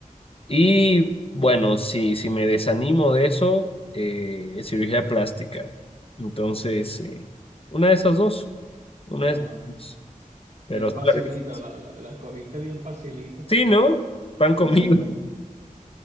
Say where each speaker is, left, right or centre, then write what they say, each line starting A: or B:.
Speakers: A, on the left; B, on the right.
A: Y bueno, si, si me desanimo de eso, eh, es cirugía plástica. Entonces, eh, una de esas dos. Una
B: No,
A: de esas
B: no,
A: dos. Pero
B: bien
A: <laughs>
B: facilito, la, la, la escogiste bien facilito.
A: sí, ¿no? Pan comido.
B: <laughs> Sí.